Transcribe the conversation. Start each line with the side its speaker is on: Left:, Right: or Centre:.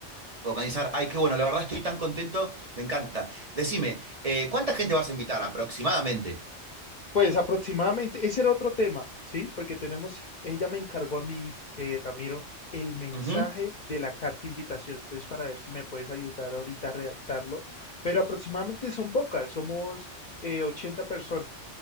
Right: organizar. Ay, qué bueno, la verdad estoy tan contento, me encanta. Decime, eh, ¿cuánta gente vas a invitar aproximadamente?
Left: Pues aproximadamente, ese era otro tema, ¿sí? Porque tenemos, ella me encargó a mí, eh, Ramiro, el mensaje
Right: Ujú.
Left: de la carta de invitación. Entonces, para ver si me puedes ayudar ahorita a redactarlo. Pero aproximadamente son pocas, somos eh, 80 personas,